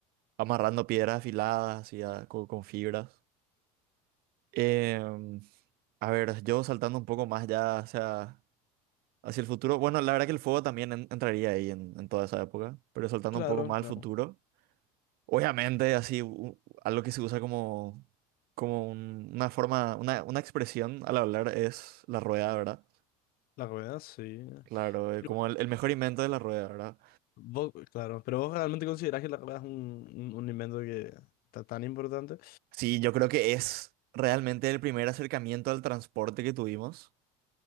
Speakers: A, on the right; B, on the left.
A: amarrando piedras afiladas, así a- co- con, fibras. Em, a ver, yo saltando un poco más ya, o sea... Hacia el futuro. Bueno, la verdad que el fuego también en- entraría ahí en, en toda esa época, pero saltando
B: Claro,
A: un poco más
B: claro.
A: al futuro. Obviamente, así, u- algo que se usa como, como un- una forma, una, una expresión al hablar es la rueda, ¿verdad?
B: La rueda, sí.
A: Claro, eh,
B: Pero
A: como el, el mejor invento de la rueda, ¿verdad?
B: vos, claro, pero vos realmente considerás que la rueda es un, un, un invento que está tan importante.
A: Sí, yo creo que es realmente el primer acercamiento al transporte que tuvimos,